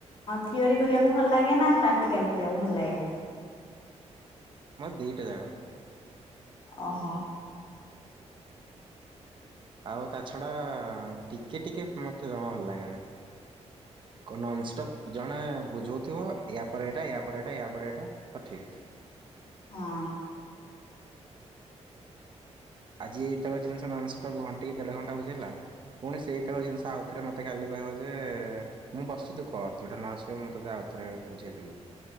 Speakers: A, on the left; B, on the right.
A: ଥିଓରି କରିବାକୁ ଭଲ ଲାଗେ ନା ପ୍ରାକ୍ଟିକାଲ କରିବାକୁ ଭଲ ଲାଗେ?
B: ଦିଇଟା ଯାକ।
A: ଓହୋ।
B: ଆଉ ତା ଛଡା ଟିକେ ଟିକେ ମତେ ଜମା ଭଲ ଲାଗେନା। କ ନନଷ୍ଟପ୍ ଜଣେ ବୁଝଉଥିବ ୟା ପରେ ଏଇଟା ୟା ପରେ ଏଇଟା ୟା ପରେ ଏଇଟା ତ ଠିକ।
A: ହଁ
B: ଆଜି ତାଙ୍କ ଜିନିଷ ନନଷ୍ଟପ୍ ଘଣ୍ଟେ କି ଦେଢ ଘଣ୍ଟା ବଜେଇଲା। ପୁଣି ସେଇ ତକ ଜିନିଷ ଆଉଥରେ ମତେ କାଲି କହିବ ଯେ ମୁଁ ବସିଛି ତୁ କର ଯୋଉଟା ନ ଆସିବ ମୁଁ ତତେ ଆଉ ଥରେ ବୁଝେଇଦେବି।